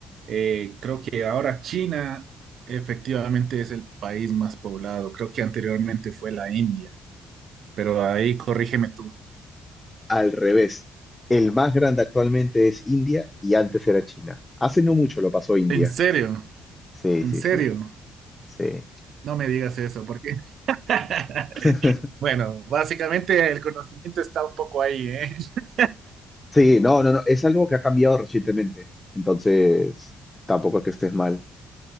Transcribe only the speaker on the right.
eh, creo que ahora China efectivamente es el país más poblado. Creo que anteriormente fue la India, pero ahí corrígeme tú.
¿En serio?
¿En
serio?
No me digas eso, porque <laughs>
Bueno, básicamente el conocimiento está un poco ahí, ¿eh? <laughs>